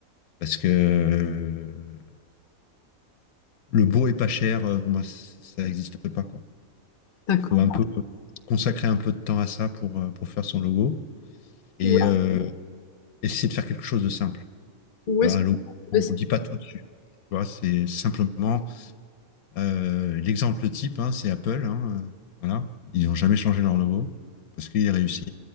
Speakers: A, on the left; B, on the left.
A: Parce que euh, le beau et pas cher, euh, moi, c- ça n'existe pas, quoi.
B: D'accord.
A: Il faut un peu consacrer un peu de temps à ça pour, euh, pour faire son logo et
B: Où
A: euh, essayer de faire quelque chose de simple.
B: où
A: Un
B: est-ce que
A: logo,
B: vous trouvez
A: on
B: ces-
A: ne dit pas tout dessus. tu vois. C'est simplement euh, l'exemple type, hein, c'est Apple. Hein, euh, voilà. Ils n'ont jamais changé leur logo parce qu'il est réussi.